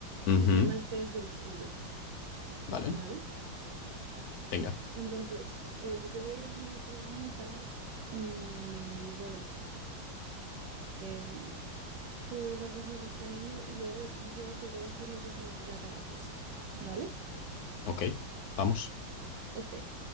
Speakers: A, on the left; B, on the right.
A: Ujú,
B: Y se llama el test del cubo,
A: vale,
B: ¿vale?
A: venga,
B: Entonces, eh, yo te voy a ir haciendo preguntas y bueno, em, tú las vas a ir respondiendo y luego yo te voy a decir lo que significa cada cosa, ¿vale?
A: ok, vamos.
B: Ok,